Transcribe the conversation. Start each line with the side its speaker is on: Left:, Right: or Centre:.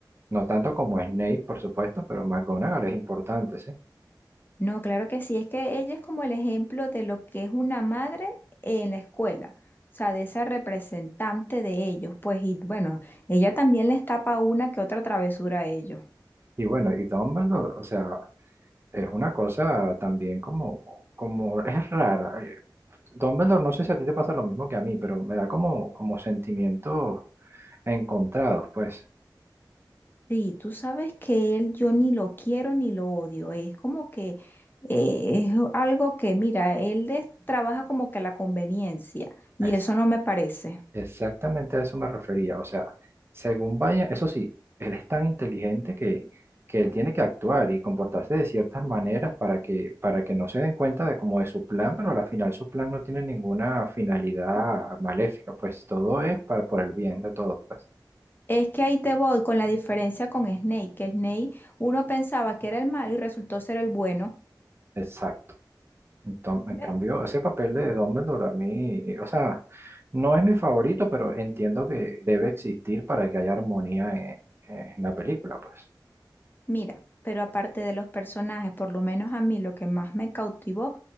Right: No tanto como Snape, por supuesto, pero McGonagall es importante, ¿sí?
Left: No, claro que sí, es que ella es como el ejemplo de lo que es una madre en la escuela, o sea, de esa representante de ellos, pues, y bueno, ella también les tapa una que otra travesura a ellos.
Right: Y bueno, y Dumbledore, o sea, es una cosa también como, como es rara. Dumbledore, no sé si a ti te pasa lo mismo que a mí, pero me da como, como sentimientos encontrados, pues.
Left: Sí, tú sabes que él yo ni lo quiero ni lo odio, es como que eh, es algo que, mira, él les trabaja como que la conveniencia, y
Right: Es
Left: eso no me parece.
Right: exactamente a eso me refería. O sea, según vaya, eso sí, él es tan inteligente que, que él tiene que actuar y comportarse de ciertas maneras para que, para que no se den cuenta de como de su plan, pero al final su plan no tiene ninguna finalidad maléfica, pues todo es para por el bien de todos, pues.
Left: Es que ahí te voy con la diferencia con Snake, que Snake uno pensaba que era el malo y resultó ser el bueno.
Right: Exacto. Enton- En
Left: ¿Ves?
Right: cambio, ese papel de Dumbledore a mí, eh, o sea, no es mi favorito, pero entiendo que debe existir para que haya armonía en, en la película, pues.
Left: Mira, pero aparte de los personajes, por lo menos a mí lo que más me cautivó